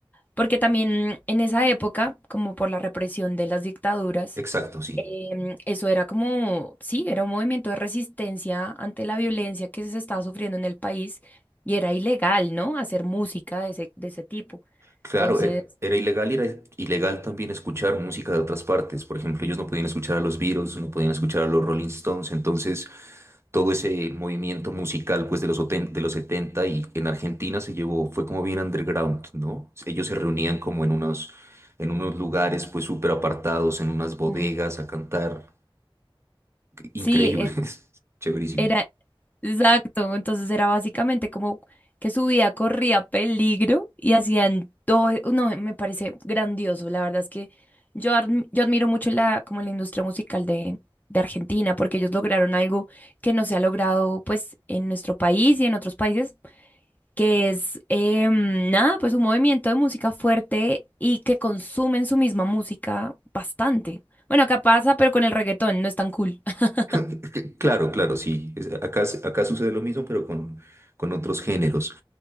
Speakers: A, on the left (about 20°); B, on the right (about 30°).
A: porque también en esa época, como por la represión de las dictaduras,
B: exacto, sí.
A: em, eso era como, sí, era un movimiento de resistencia ante la violencia que se estaba sufriendo en el país y era ilegal, ¿no? Hacer música de ese, de ese tipo.
B: Claro,
A: Entonces,
B: e- era ilegal y era ilegal también escuchar música de otras partes. Por ejemplo, ellos no podían escuchar a los Beatles, no podían escuchar a los Rolling Stones. Entonces, todo ese movimiento musical pues de los, oten- de los 70 y en Argentina se llevó, fue como bien underground, ¿no? Ellos se reunían como en unos, en unos lugares pues súper apartados, en unas bodegas
A: Mm.
B: a cantar. Increíbles,
A: sí,
B: <laughs> chéverísimo.
A: Era, exacto, entonces era básicamente como que su vida corría peligro y hacían todo, e, no, me parece grandioso, la verdad es que yo, adm- yo admiro mucho la, como la industria musical de, de Argentina, porque ellos lograron algo que no se ha logrado pues en nuestro país y en otros países, que es, em, nada, pues un movimiento de música fuerte y que consumen su misma música bastante. Bueno, acá pasa, pero con el reggaetón no es tan cool. <laughs>
B: <laughs> Claro, claro, sí. Es- Acá, s- acá sucede lo mismo, pero con, con otros géneros.